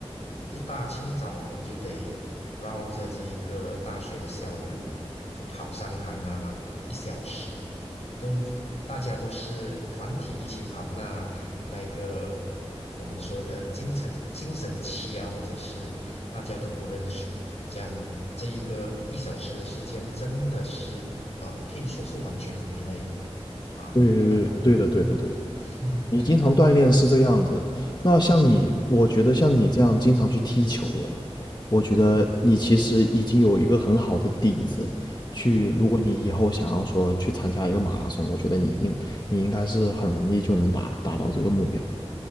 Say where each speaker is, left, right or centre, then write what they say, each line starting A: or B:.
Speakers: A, on the left; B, on the left.
A: 一大清早我们就得绕着这一个大学的校园哦，就跑上它那一小时，都大家都是团体一起跑那那一个我们说的精神精神期啊，或者是大家都不认输，这样这一个一小时的时间真的是呃可以说是完全不累哦啊，
B: 对对的对的对的，
A: 可能嗯 <laughs>
B: 你经常锻炼是这个样子。
A: 啊
B: 那像你，我觉得像你这样经常去踢球的，我觉得你其实已经有一个很好的底子。
A: 嗯
B: 去，如果你以后想要说去参加一个马拉松，
A: 嗯
B: 我觉得你应你应该是很容易就能达达到这个目标的。